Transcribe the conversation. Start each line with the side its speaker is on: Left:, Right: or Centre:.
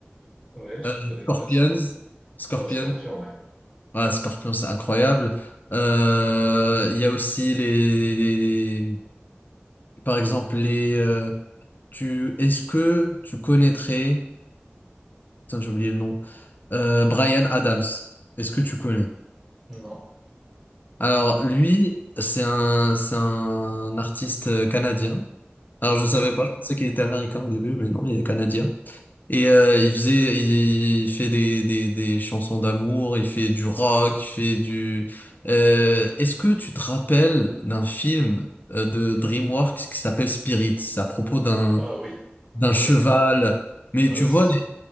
Centre: Ouais, je
Left: euh,
Centre: connais
Left: Scorpions,
Centre: pas ça.
Left: Scorpions.
Centre: Oh, Scorpion, ouais.
Left: Ah, Scorpions, c'est incroyable. Euh, Il y a aussi les, les, Par exemple, les, euh, tu, est-ce que tu connaîtrais, putain, j'ai oublié le nom, euh, Brian Adams. Est-ce que tu connais?
Centre: Non.
Left: Alors, lui, c'est un, c'est un artiste euh, canadien. Alors, je
Centre: Ouais.
Left: savais pas, je pensais qu'il était américain au début, mais non, il est canadien. Et euh, il faisait, il fait des, des, des chansons d'amour, il fait du rock, il fait du. Euh, est-ce que tu te rappelles d'un film euh, de DreamWorks qui s'appelle Spirit? C'est à propos d'un
Centre: Ah oui,
Left: d'un
Centre: ouais,
Left: cheval.
Centre: ouais,
Left: Mais
Centre: ouais,
Left: tu
Centre: ouais,
Left: vois,
Centre: c'est, c'est-
Left: les...